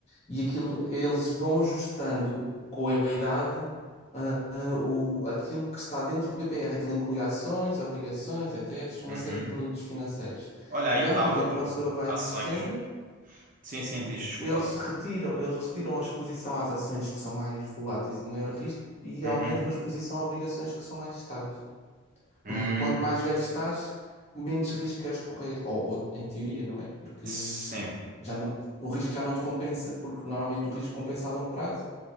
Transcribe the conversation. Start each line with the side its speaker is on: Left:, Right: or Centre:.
Left: E aquilo, eles vão ajustando com a idade, ah, ah, o, aquilo que está dentro do PPR. Aquilo inclui ações, obrigações, ETFs, uma
Right: Uhum.
Left: série de produtos financeiros.
Right: Olha, aí
Left: E à
Right: está
Left: medida
Right: outra.
Left: que uma pessoa vai
Right: Ações.
Left: envelhecendo,
Right: Sim, sim, diz, desculpa.
Left: eles retiram, eles retiram a exposição às ações que são mais voláteis e de maior risco e
Right: Uhum.
Left: aumentam a exposição a obrigações que são mais estáveis.
Right: Hum,
Left: Porque quanto mais velho estás, menos risco queres correr. Ou, ou em teoria, não é? Porque
Right: sim.
Left: já não, o risco já não te compensa, porque normalmente o risco compensa a longo prazo.